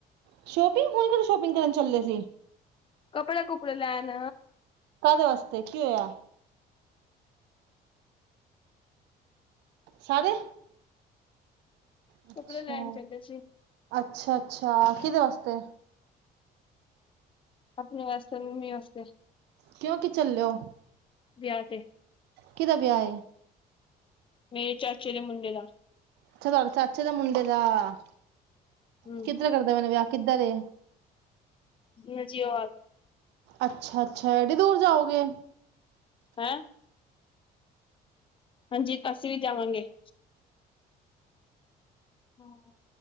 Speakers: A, on the right; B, on the left.
A: ਸ਼ੋਪਿੰਗ ਹੁਣ ਕਿਥੇ ਸ਼ੋਪਿੰਗ ਕਰਨ ਚੱਲੇ ਸੀ
B: ਕੱਪੜੇ ਕੁਪੜੇ ਲੈਣ
A: ਕਾਹਦੇ ਵਾਸਤੇ ਕੀ ਹੋਇਆ ਸਾਰੇ ਅੱਛਾ
B: ਕੱਪੜੇ ਲੈਣ ਚੱਲੇ ਸੀ
A: ਅੱਛਾ, ਅੱਛਾ ਕਿਹਦੇ ਵਾਸਤੇ
B: ਆਪਣੇ ਵਾਸਤੇ ਮੰਮੀ ਵਾਸਤੇ
A: ਕਿਉਂ ਕਿ ਚੱਲੇ ਓ।
B: ਵਿਆਹ ਤੇ।
A: ਕਿਦਾ ਵਿਆਹ ਏ?
B: ਮੇਰੇ ਚਾਚੇ ਦੇ ਮੁੰਡੇ ਦਾ।
A: ਅੱਛਾ, ਤੁਹਾਡੇ ਚਾਚੇ ਦੇ ਮੁੰਡੇ ਦਾ,
B: ਹਮ
A: ਕਿੱਧਰ ਕਰਦੇ ਪਏ ਨੇ ਵਿਆਹ, ਕਿੱਧਰ ਏ?
B: ਗਾਜੀਆਬਾਦ।
A: ਅੱਛਾ-ਅੱਛਾ, ਐਡੀ ਦੂਰ ਜਾਓਗੇ?
B: ਹੈਂ! ਹਾਂਜੀ, ਅਸੀ ਵੀ ਜਾਵਾਂਗੇ। ਹਾਂ,